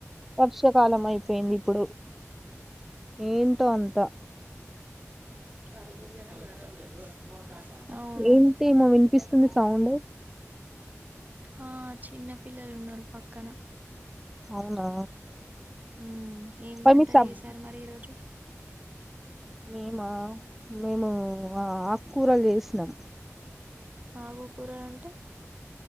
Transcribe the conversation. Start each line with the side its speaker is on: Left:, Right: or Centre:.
Centre: వర్షాకాలం అయిపోయింది ఇప్పుడు ఏంటో అంతా
Right: <inaudible> అవును
Centre: ఏంటి ఏమో వినిపిస్తుంది సౌండ్
Right: హా చిన్న పిల్లలు ఉన్నారు పక్కన
Centre: అవునా
Right: ఉమ్ ఏం
Centre: మరి
Right: వంట
Centre: మీ సబ్
Right: చేసారు మరి ఈ రోజు
Centre: మేమా మేము ఆక్కూరలు చేసినం
Right: ఆకు కూరలంటే